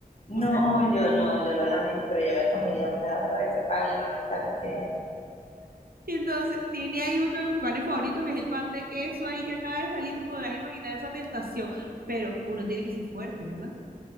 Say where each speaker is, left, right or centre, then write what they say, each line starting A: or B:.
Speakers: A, on the left; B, on the right.
A: No,
B: O sea,
A: yo no, yo lo lamento, pero yo me comería un pedazo de ese pan y más si está recién.
B: <laughs> entonces tiene ahí uno de mis panes favoritos, que es el pan de queso ahí que acaba de salir, te podrás imaginar esa tentación. Pero uno tiene que ser fuerte, ¿verdad?